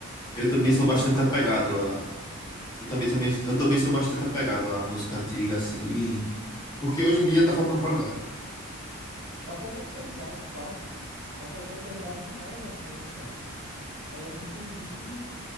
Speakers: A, on the left; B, on the right.
A: eu também
B: Então, assim,
A: sou bastante
B: acaba
A: apegado
B: que.
A: a eu também, também eu também sou bastante apegado à música antiga assim, porque hoje em dia tá
B: Aham.
A: faltando qualidade.
B: Tá faltando qualidade, fato. Tá faltando qualidade demais na conta, cara. É, inclusive,